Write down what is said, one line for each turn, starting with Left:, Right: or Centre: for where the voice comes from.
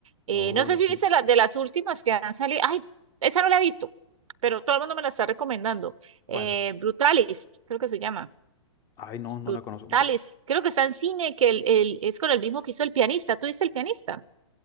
Right: Eh,
Left: <laughs> Uy,
Right: no sé si
Left: sí.
Right: viste la, de las últimas que han salido. Ay, esa no la he visto, pero todo el mundo me la está recomendando. Eh,
Left: ¿Cuál?
Right: Brutalist, creo que se llama.
Left: Ay, no, no
Right: Brutalist.
Left: la conozco, bro.
Right: Creo que está en cine, que el, el- es con el mismo que hizo El Pianista. ¿Tú viste El Pianista?